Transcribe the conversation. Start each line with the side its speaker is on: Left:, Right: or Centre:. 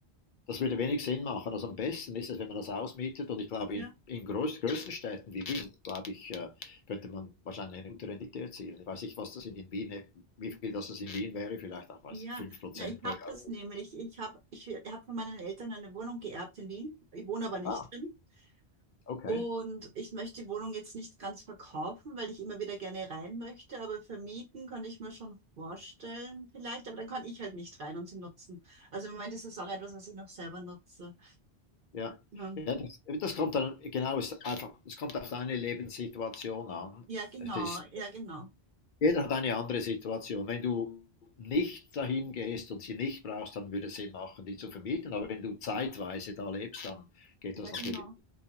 Left: Das würde wenig Sinn machen. Also am besten ist es, wenn man das ausmietet. Und ich glaube,
Right: Ja,
Left: in, in groß, größten Städten wie Wien, glaube ich, äh, könnte man wahrscheinlich eine gute Rendite erzielen. Ich weiß nicht, was das in, in Wien, wie viel das das in Wien wäre, vielleicht auch, weiß
Right: ja.
Left: ich, fünf Prozent
Right: Na, ich
Left: pro
Right: habe
Left: Jahr.
Right: das nämlich. Ich habe ich habe von meinen Eltern eine Wohnung geerbt in Wien. Ich wohne aber nicht
Left: Ah,
Right: drin.
Left: okay.
Right: Und ich möchte die Wohnung jetzt nicht ganz verkaufen, weil ich immer wieder gerne rein möchte. Aber vermieten kann ich mir schon vorstellen, vielleicht. Aber dann kann ich halt nicht rein und sie nutzen. Also im Moment ist es auch etwas, was ich noch selber nutze.
Left: Ja,
Right: Ja,
Left: ja das, das kommt dann, genau, es ist einfach, es kommt auf deine Lebenssituation an.
Right: ja, genau.
Left: Es ist
Right: Ja, genau.
Left: Jeder hat eine andere Situation. Wenn du nicht dahin gehst und sie nicht brauchst, dann würde es Sinn machen, die zu vermieten. Aber wenn du zeitweise da lebst, dann geht
Right: Ja,
Left: das
Right: genau.
Left: natürlich.